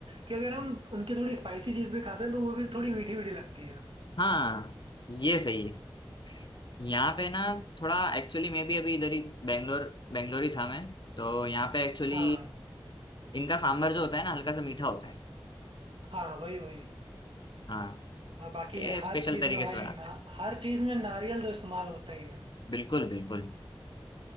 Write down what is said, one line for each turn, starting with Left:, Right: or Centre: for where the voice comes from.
Right: कि अगर हम उनकी थोड़ी स्पाइसी चीज भी खाते हैं तो वो भी थोड़ी मीठी मीठी लगती है
Left: हाँ ये सही है यहाँ पे ना थोड़ा एक्चुअली मैं भी अभी इधर ही बैंगलोर बैंगलोर ही था मैं तो यहाँ पे एक्चुअली
Right: हाँ
Left: इनका सांभर जो होता है ना हल्का सा मीठा होता है
Right: हाँ वही वही
Left: हाँ
Right: और बाकी
Left: ये स्पेशल
Right: हर चीज
Left: तरीके
Right: में भाई
Left: से बनाते
Right: ना
Left: हैं
Right: हर चीज में नारियल तो इस्तेमाल होता ही है
Left: बिल्कुल बिल्कुल